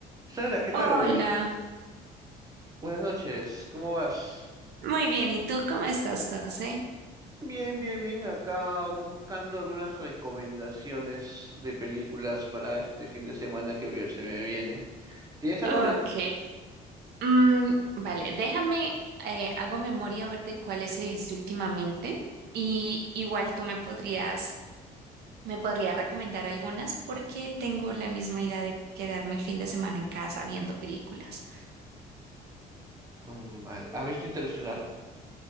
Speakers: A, on the right; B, on the right.
A: Sara, ¿qué
B: Hola,
A: tal? Buenas, buenas noches, ¿cómo vas?
B: muy bien. ¿Y tú cómo estás, José?
A: Bien, bien, bien. Acá buscando algunas recomendaciones de películas para este fin de semana que vi- se me viene. ¿Tienes alguna?
B: Ok, Mm, vale, déjame, eh, hago memoria a ver de cuáles he visto últimamente y igual tú me podrías, me podrías recomendar algunas porque tengo la misma idea de quedarme el fin de semana en casa viendo películas.
A: Mm, vale. ¿Has visto Interestelar?